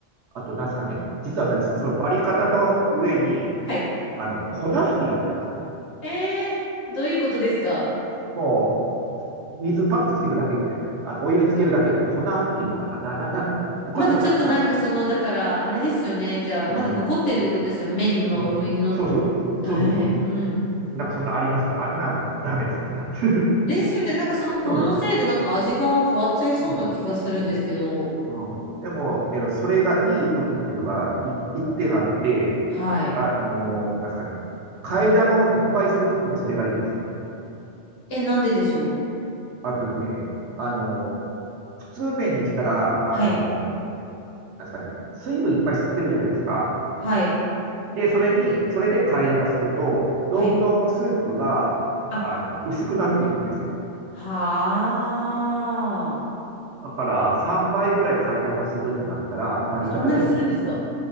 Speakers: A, on the right; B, on the left.
A: あと、なんすかね、実はね、そのバリカタの上に、
B: はい。
A: あの、粉吹きだったかな。
B: えー、どういうことですか
A: もう、水パッとつけるだけみたいな。あの、お湯につけるだけみたいな。粉吹きとかな、な、な、なんかな。他のな、
B: まだちょっとなんかその、
A: な、
B: だから、あれですよね。じゃあ、
A: うん、
B: まだ残ってるってことですよね。麺の上に乗っ
A: うん。そうそう、
B: ええ、
A: そうそうそ
B: うん。
A: う。なんかそんなありますけど、あんなもんダメです、あんな。<laughs>
B: ですよね。なんかその粉のせいでなんか味が変わっちゃいそうな気がするんですけど。
A: うん、うん、うん。うんでも、ね、それがいい時っていうのがい一点あって、
B: はい。
A: あのーなんですかね、替え玉をいっぱいするときはそれがいいんですよ。
B: え、なんででしょう
A: あとですね、あのー普通麺にしたら、あのー
B: はい。
A: なんですかね、水分いっぱい吸ってるじゃないですか。
B: はい。
A: で、それに、それで替え玉すると、どんどんスープが、
B: はい。あ、
A: あの、薄くなっていくんですよ。
B: はあ。
A: だから、3倍ぐらい替え玉するってなったら、バリカタでもいいんですよ。
B: そんなにするんですか